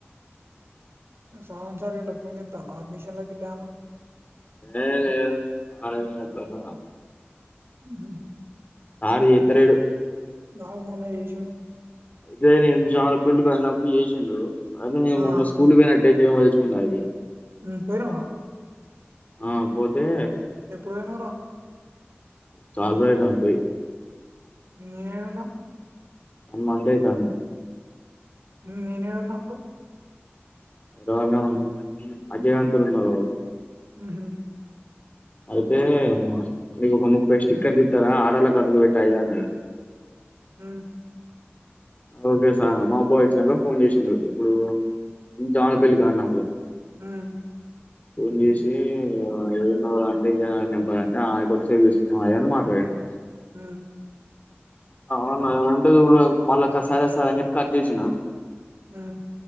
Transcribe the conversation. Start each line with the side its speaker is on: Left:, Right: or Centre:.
Right: సాన్సారిలో ఫోన్ చెత్తన్నా అడ్మిషన్లకి ఇట్లానా
Left: ఏ లేదు కాలేజ్ లో రేపు పొద్దున
Right: ఉహు
Left: ఆరు ఎత్తలేడు
Right: నాకు మోన్న చేసిండు
Left: అయితే నేను జాంపెళ్లికి వెళ్ళినప్పుడు చేసిండు అయితే నేను
Right: ఆ
Left: మొన్న స్కూల్ పోయినట్ పెళ్లి ఏమో తెచ్చుకుంటాది
Right: ఉ పోయినావా
Left: ఆ పోతే
Right: పోయినారా
Left: చాలా రోజులయితాంది పోయి
Right: నేవేడున్నావ్
Left: వన్ మంత్ అయితాంది.
Right: ఉమ్ నేనేడున్న అప్పుడు
Left: ఐ డోంట్ నో అజయ్ కాంతోని ఉన్నవు కావచ్చు
Right: ఉహు
Left: అయితే నీకు ఒక ముప్పై స్టిక్కర్లు ఇత్తార ఆడళ్ళకు అతకు పెట్టయా అయి అన్నడు.
Right: ఉమ్
Left: ఓకే సార్ మా అబ్బాయి వచ్చినంక ఫోన్ చేసిండు, ఇప్పుడు జాను పెళ్లి కాడిన్నప్పుడు
Right: ఉమ్
Left: ఫోన్ చేసి ఏడున్నవ్ అంటే, ఇదే నా నెంబర్ అంటే, ఆ కొత్త సెల్లు తీసుకున్నవు అది అని అట్లాడిండు.
Right: ఉమ్
Left: అవునన్నా ఉంటే జూడరాదు మళ్ళా సరే సార్ అని చెప్పి కట్ చేసిన
Right: ఉమ్